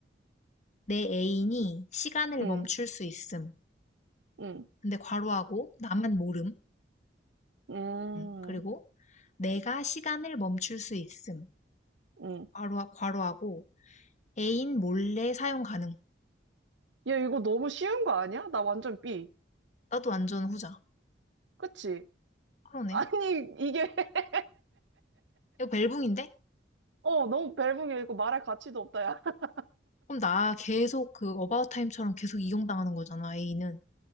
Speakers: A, on the left; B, on the right.
A: 내 애인이 시간을
B: 음,
A: 멈출 수 있음.
B: 음,
A: 근데 괄호하고 나만 모름.
B: 음,
A: 음. 그리고 내가 시간을 멈출 수 있음.
B: 음.
A: 괄호, 괄호하고 애인 몰래 사용 가능.
B: 야, 이거 너무 쉬운 거 아니야? 나 완전 B.
A: 나도 완전 후자.
B: 그치?
A: 그러네.
B: 아니, 이게, <laughs>
A: 이거 벨붕인데?
B: 어, 너무 벨붕이야. 이거 말할 가치도 없다, 야. <laughs>
A: 그럼 나 계속 그 어바웃 타임처럼 계속 이용당하는 거잖아, 애인은.